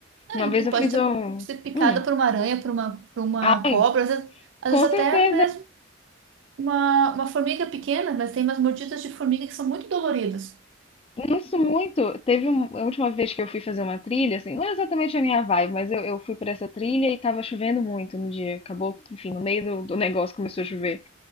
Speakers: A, on the right; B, on the left.
A: Ah,
B: Uma
A: E
B: vez
A: e
B: eu
A: pode
B: fiz
A: ser,
B: um.
A: ser picada
B: Hum,
A: por uma aranha, por uma, por uma
B: ai,
A: cobra, às vezes, às
B: com
A: vezes
B: certeza.
A: até mesmo uma, uma formiga pequena, mas tem umas mordidas de formiga que são muito doloridas.
B: Isso muito. Teve um- a última vez que eu fui fazer uma trilha, assim, não é exatamente a minha vibe, mas eu, eu fui pra essa trilha e tava chovendo muito no dia. Acabou, enfim, no meio do, do negócio começou a chover.